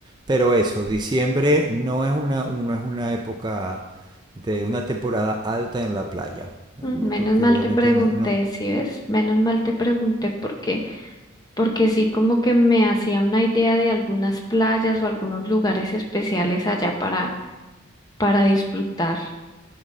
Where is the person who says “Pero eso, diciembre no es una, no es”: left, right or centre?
Right